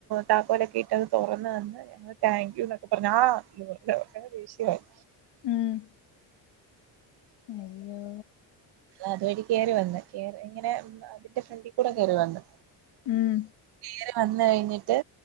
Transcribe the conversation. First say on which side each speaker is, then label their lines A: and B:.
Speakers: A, on the right (about 55°); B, on the left (about 55°).
A: താക്കോലൊക്കെ ഇട്ട് അത് തുറന്ന് തന്ന് താങ്ക്യു എന്നൊക്കെ പറഞ്ഞ് ആ അങ്ങനെ ദേഷ്യമായി
B: ഉം അയ്യോ
A: അതുവഴി കേറി വന്നു ഇങ്ങനെ അതിന്റെ ഫ്രണ്ടിൽ കൂടെ കേറി വന്നു.
B: ഉം
A: കേറി വന്ന് കഴിഞ്ഞിട്ട്